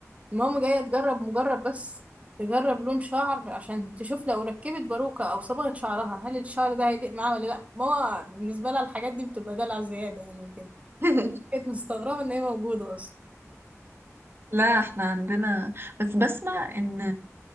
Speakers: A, on the right; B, on the right.
A: ماما جايه تجرب مجرد بس تجرب لون شعر عشان تشوف لو ركبت باروكه او صبغت شعرها هل الشعر ده هيليق معاها ولا لا ماما بالنسبه لها الحاجات دي بتبقى دلع زياده يعني وكده
B: <laughs>
A: كانت مستغربه ان هي موجوده اصلا
B: لا احنا عندنا بس بسمع ان